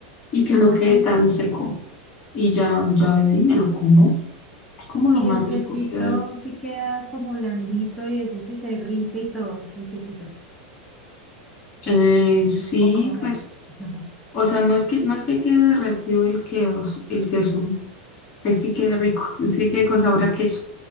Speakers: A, on the left (about 40°); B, in the centre.
A: y que
B: Ah,
A: no quede tan seco. Y ya, ya de ahí me lo como. Es como lo
B: y
A: más
B: el
A: rico
B: quesito
A: que hay.
B: sí queda como blandito y eso sí se irrita y todo, el quesito.
A: Eh, sí,
B: ¿O cómo queda?
A: pues,
B: Ajá.
A: o sea, no es que, no es que quede derretido el queso, el queso, es que quede rico, <laughs> es que quede con sabor a queso.